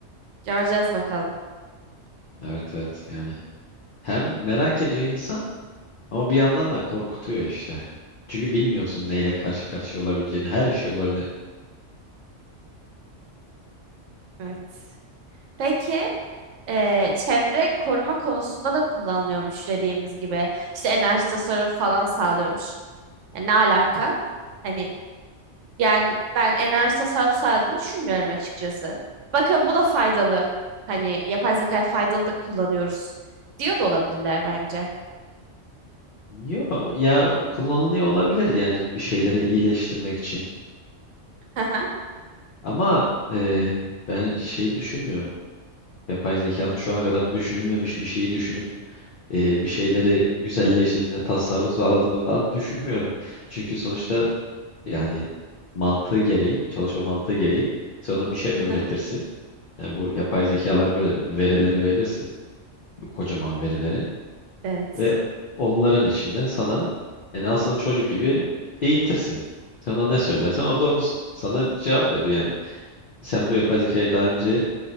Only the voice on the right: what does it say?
Göreceğiz bakalım.
Evet. Peki, eee, çevre koruma konusunda da kullanılıyormuş dediğimiz gibi. İşte enerji tasarrufu falan sağlıyormuş. Yani ne alaka? Hani yani ben enerji tasarrufu sağladığını düşünmüyorum açıkçası. Bakın bu da faydalı. Hani yapay zeka faydalı da kullanıyoruz diyor da olabilirler bence.
Hı hı.
Hı
hı.
Evet.